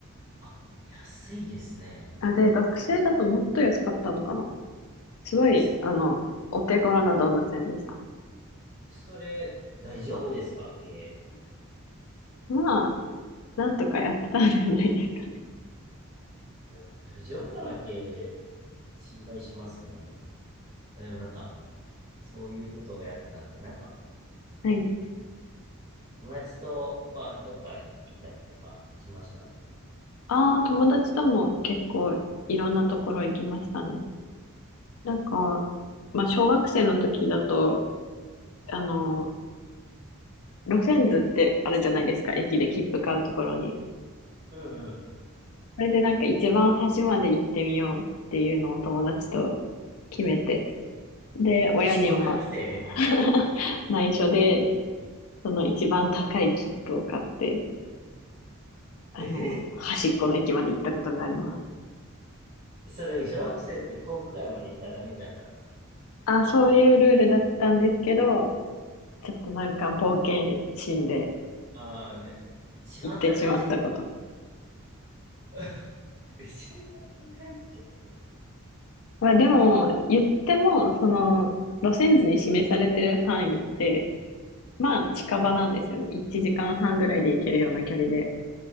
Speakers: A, on the right (about 40°); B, on the left (about 75°).
A: あ、安いですね。
B: あ、で、学生だともっと安かったのかな。すごい、
A: え、そ、
B: あの、お手頃な動物園でした。
A: それ、大丈夫ですか経営。
B: まあ、なんとかやってたんじゃないですかね。
A: いや、大丈夫かな経営。心配しますね。でもなんか、そういうことをやってたんですね。なんか、
B: はい。
A: 友達とはどっか行ったりとかしました。
B: ああ、友達とも結構いろんなところ行きましたね。なんか、まあ、小学生の時だと、あの、路線図ってあるじゃないですか、駅で切符買うところに。
A: うんうん。
B: それでなんか一番端まで行ってみようっていうのを友達と決めて。で、親には
A: え、小学生で。
B: <laughs> 内緒で、その一番高い切符を買って、あの、
A: え
B: 端っこの駅まで行ったことがあります。
A: えそれ、小学生って航空街まで行ったらダメじゃなかった。
B: あ、そういうルールだったんですけど、ちょっとなんか冒険心で、
A: ああね。一番高いチケット。
B: 行ってしまったこと。
A: <laughs> 一番高いチケット。
B: まあでも、言っても、その、路線図に示されてる範囲って、まあ近場なんですよね。1時間半ぐらいで行けるような距離で。